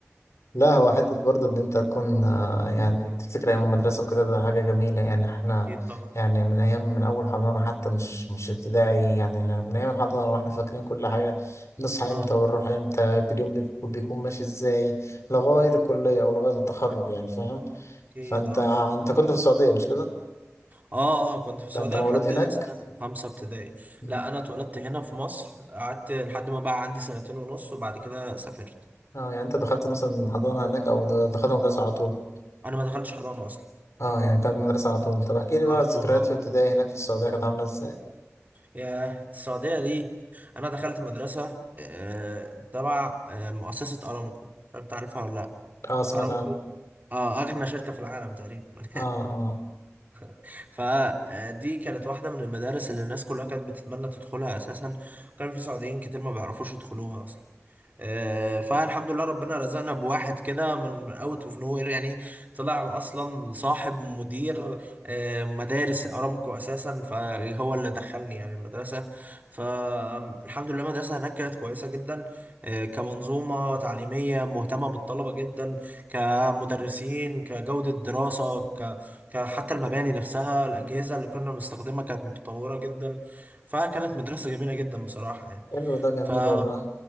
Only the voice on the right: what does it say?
اكيد طبعا
اه
مم.
اكيد
اه
اه اه كنت في السعوديه
لحد
سنه خمسه ابتدائي
لا انا اتولدت هنا في مصر قعدت لحد ما بقى عندي سنتين ونص وبعد كده سافرت
انا ما دخلتش حضانه اصلا
على
طول اه
يا السعوديه دي انا دخلت مدرسه آه، تبع آه، مؤسسه ارامكو مش عارف تعرفها ولا لا
ارامكو
اه اغنى شركه في العالم تقريبا <laughs>
<laughs> فدي كانت واحدة من المدارس اللي الناس كلها كانت بتتمنى تدخلها أساسا كان في سعوديين كتير ما بيعرفوش يدخلوها أصلا آه، فالحمد لله ربنا رزقنا بواحد كده من اوت اوف نو وير يعني طلع اصلا صاحب مدير آه، مدارس ارامكو اساسا فهو اللي دخلني يعني المدرسه فالحمد لله المدرسه هناك كانت كويسه جدا آه، كمنظومه تعليميه مهتمه بالطلبه جدا كمدرسين كجوده دراسه ك ك- حتى المباني نفسها الاجهزه اللي كنا بنستخدمها كانت متطوره جدا فكانت مدرسه جميله جدا بصراحه يعني
ف آه.